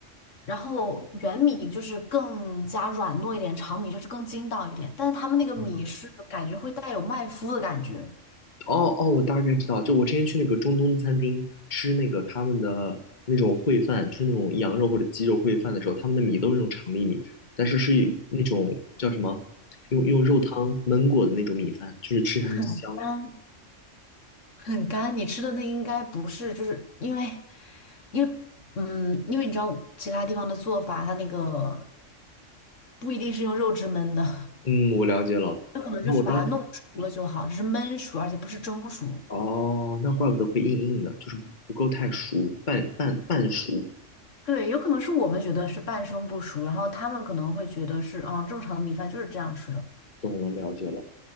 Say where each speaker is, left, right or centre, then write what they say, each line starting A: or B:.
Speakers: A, on the left; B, on the left.
A: 然后圆米就是更加软糯一点，长米就是更筋道一点，但是他们那个米是感觉会带有麦麸的感觉，
B: 嗯，哦哦，我大概知道，就我之前去那个中东餐厅吃那个他们的那种烩饭，吃那种羊肉或者鸡肉烩饭的时候，他们的米都是那种长粒米，但是是以那种叫什么，用用肉汤焖过的那种米饭，就是吃起来很香。
A: 很干很干。你吃的那应该不是，就是因为因为嗯，因为你知道其他地方的做法，它那个不一定是用肉汁焖的，
B: 嗯，我了解了。
A: <laughs> 可能就是把它弄熟了就好，
B: 那我当时，
A: 只是焖熟，而且不是蒸熟。
B: 哦，那怪不得会硬硬的，就是不不够太熟，半半半熟。
A: 对，有可能是我们觉得是半生不熟，然后他们可能会觉得是啊，正常的米饭就是这样吃的。
B: 懂了，了解了。